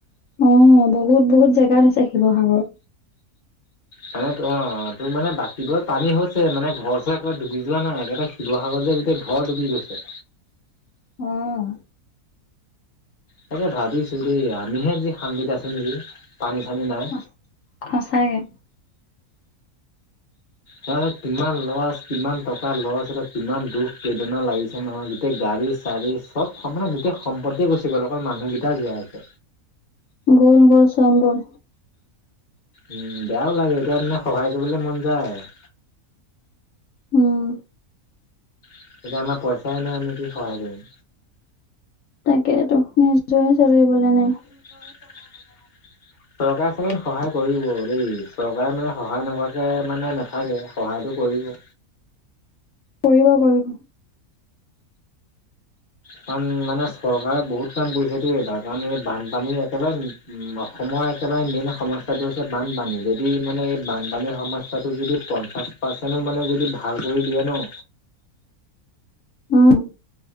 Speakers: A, on the left (about 65°); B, on the left (about 35°).
A: অ, বহুত- বহুত জেগাত হৈছে শিৱসাগৰ।
B: মানে ত, অ, তোৰ মানে বাকীবোৰৰ পানী হৈছে, মানে ঘৰ চৰ একেবাৰে ডুবি যোৱা নাই। একেবাৰে শিৱসাগৰ যে গোটেই ঘৰ ডুবি গৈছে।
A: উম।
B: তাকেই ভাবিছো দেই, আমিহে যি শান্তিত আছো নেকি? পানী- চানী নাই।
A: অ সঁচাকে।
B: হয়, কিমান লছ, কিমান টকা লছ। কিমান দুখ বেদনা লাগিছে নহয়। গোতেই গাড়ী- চাড়ী চব সমানে গোটেই। সম্পত্তি গুচি গ'ল। অকল মানুহকেইটা জীয়াই আছে।
A: গ'ল গ'ল চব গ'ল।
B: উম, বেয়াও লাগে, এতিয়া তাকে সহায় কৰিবলে মন যায়। <inaudible>
A: উম।
B: কিন্তু এতিয়া আমাৰ পইচাই নাই, আমি কি সহায় কৰিম।
A: তাকেইটো নিজৰ চলিবলে নাই।
B: <unintelligible> চৰকাৰখনে মানে সহায় কৰিব দেই। চৰকাৰে মানে সহায় নকৰাকে মানে নাথাকে। সহায়টো কৰিব।
A: কৰিব- কৰিব।
B: কাৰণ মানে চৰকাৰে বহুত কাম কৰিছেটো। এইবাৰ কাৰণ এই বানপানী একেবাৰে উম, অসমৰ একেবাৰে মেইন সমস্যাটো হৈছে বানপানী। যদি মানে এই বানপানীৰ সমস্যাটো যদি পঞ্চাশ পাৰ্চেন্টৰ মানে যদি ভাল কৰি দিয়ে ন।
A: উম।